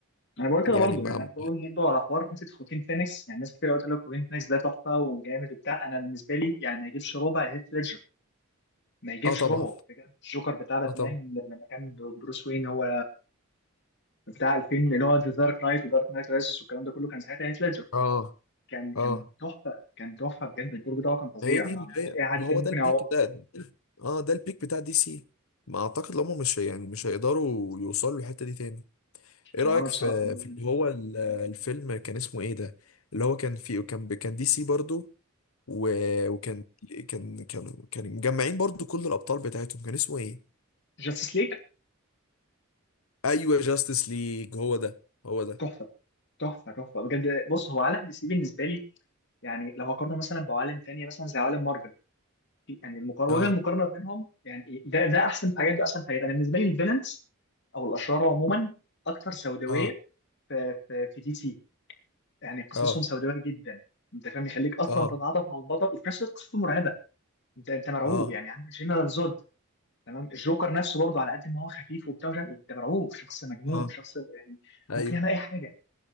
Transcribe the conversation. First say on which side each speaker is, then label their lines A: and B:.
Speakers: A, on the left (about 55°); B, on the left (about 80°).
A: انا بقول كده
B: يعني
A: برضو
B: ما
A: يعني انا بقول برضو على حوار حته خوكين فينيكس يعني ناس كتير قوي تقول لك خوكين فينيكس ده تحفه وجامد وبتاع انا بالنسبه لي يعني ما يجيبش ربع هيث ليدجر ما يجيبش
B: اه طبعا
A: ربعه بجد الجوكر بتاع باتمان
B: اه طبعا
A: لما كان بروس وين هو بتاع 2000 اللي هو ذا دارك نايت ودارك نايت رايزز والكلام ده كله كان ساعتها هيث ليدجر
B: اه
A: كان كان
B: اه
A: تحفه كان تحفه بجد الدور بتاعه كان فظيع
B: ما هي دي
A: ما
B: ما
A: ما
B: هي
A: فيش اي حد
B: ما
A: تاني
B: هو ده
A: ممكن
B: البيك
A: يعوضه
B: ده اه ده البيك بتاع دي سي ما اعتقد ان هم مش هي- يعني مش هيقدروا يوصلوا للحتة دي تاني ايه رأيك
A: هو انا بصراحه
B: في
A: مؤمن
B: في اللي هو ال- الفيلم كان اسمه ايه ده اللي هو كان فيه كان ب- كان دي سي برضو و- وكان كان كان كان مجمعين برضو كل الأبطال بتاعتهم كان اسمه ايه
A: جاستس ليج
B: ايوه جاستس ليج هو ده هو ده
A: تحفه تحفه تحفه بجد بص هو عالم دي سي بالنسبه لي يعني لو هقارنه مثلا بعوالم تانية مثلا زي عوالم مارفل يعني المقارنه
B: اه
A: وجه المقارنه بينهم يعني ده ده احسن في حاجات ده احسن في حاجات انا بالنسبه لي الفيلنز او الاشرار عموما اكثر سوداويه
B: اه
A: في في, في دي سي يعني قصصهم
B: اه
A: سوداويه جدا انت فاهم يخليك اصلا
B: اه
A: تتعاطف مع البطل وفي نفس الوقت قصته مرعبه انت انت مرعوب
B: اه
A: يعني عندك جنرال زود تمام الجوكر نفسه برضه على قد ما هو خفيف وبتاع ومش عارف إيه، انت مرعوب شخص مجنون
B: اه
A: شخص يعني
B: ايوه
A: ممكن يعمل اي حاجه